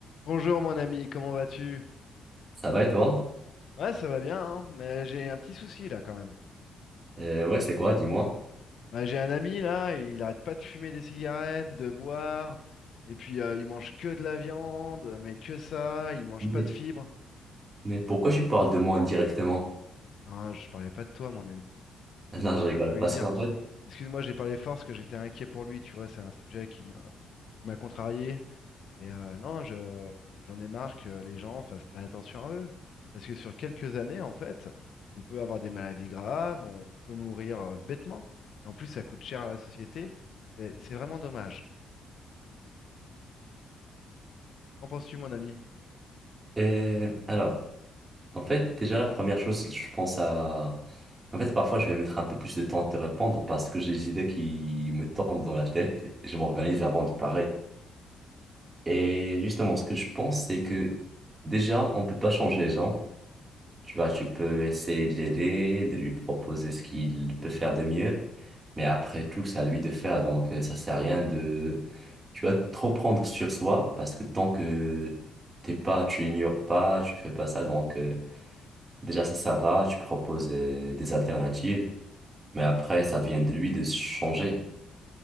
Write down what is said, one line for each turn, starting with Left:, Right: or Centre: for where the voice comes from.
Left: Bonjour mon ami, comment vas-tu?
Right: Ça va et toi?
Left: Ouais, ça va bien, hein, mais j'ai un petit souci là quand même.
Right: Euh, ouais, c'est quoi, dis-moi.
Left: Ouais, j'ai un ami là, il arrête pas de fumer des cigarettes, de boire, et puis euh, il mange que de la viande, mais que ça, il mange
Right: Mais,
Left: pas de fibres.
Right: mais pourquoi tu parles de moi indirectement?
Left: Non, je parlais pas de toi mon ami.
Right: <laughs>
Left: Tout
Right: Non,
Left: tout
Right: je
Left: ce
Right: rigole.
Left: que je voulais
Right: Parce
Left: dire.
Right: qu'en fait,
Left: Excuse-moi, j'ai parlé fort parce que j'étais inquiet pour lui, tu vois, c'est un sujet qui m'a qui m'a contrarié. Et euh, non, je, j'en ai marre que les gens fassent pas attention à eux. Parce que sur quelques années, en fait, on peut avoir des maladies graves, on peut mourir euh, bêtement. Et en plus, ça coûte cher à la société. C'est c'est vraiment dommage. Qu'en penses-tu, mon ami?
Right: euh, alors, en fait, déjà, la première chose, je pense à. En fait, parfois, je vais mettre un peu plus de temps à te répondre parce que j'ai des idées qui me tombent dans la tête et je m'organise avant de parler. Et justement, ce que je pense, c'est que déjà, on ne peut pas changer les gens. Tu vois, tu peux essayer de l'aider, de lui proposer ce qu'il peut faire de mieux. Mais après tout, c'est à lui de faire. Donc, euh, ça sert à rien de, tu vas trop prendre sur soi parce que tant que t'es pas, tu l'ignores pas, tu fais pas ça. Donc, euh, déjà, ça, ça va. Tu proposes euh, des alternatives. Mais après, ça vient de lui de changer.